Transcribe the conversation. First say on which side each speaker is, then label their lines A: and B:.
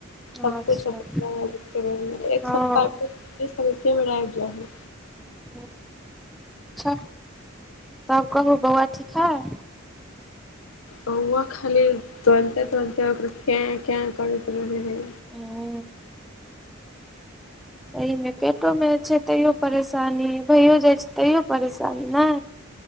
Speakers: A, in the centre; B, on the left (about 85°).
A: अच्छा
B: सब कुछ <unintelligible> एक
A: हँ
B: सप्ताह के <unintelligible> मे रह जाही।
A: अच्छा तब कहु बौअवा ठीक हय।
B: बौअवा खाली तुरंते-तुरंते ओकरा कैं-कैं करैत रहै हय।
A: ओ। एमे पेटो मे छै तै यो परेशानी भैयो जाय छै तैयौ परेशानी नै।